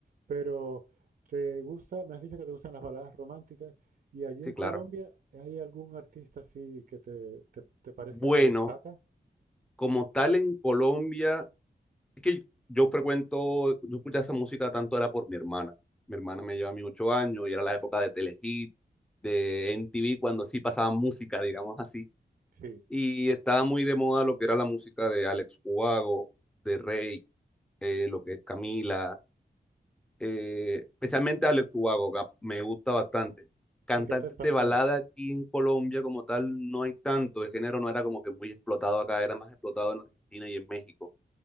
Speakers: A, on the right; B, in the centre.
A: Pero te gusta, me has dicho que te gustan las baladas románticas. ¿Y allí en
B: sí,
A: Colombia
B: claro.
A: hay algún artista así que te, te- te parezca
B: Bueno,
A: que destaca?
B: como tal en Colombia... Es que yo frecuento, yo escuchaba esa música tanto era por mi hermana. Mi hermana me lleva a mí ocho años y era la época de Telehit, de MTV, cuando sí pasaban música, digamos así.
A: Sí,
B: Y estaba muy de moda lo que era la música de Alex Ubago, de Rey, eh, lo que es Camila, eh, especialmente Alex Ubago, ga- me gusta bastante. Cantantes
A: sí, que es español.
B: de balada aquí en Colombia como tal no hay tanto, el género no era como que muy explotado acá, era más explotado en Argentina y en México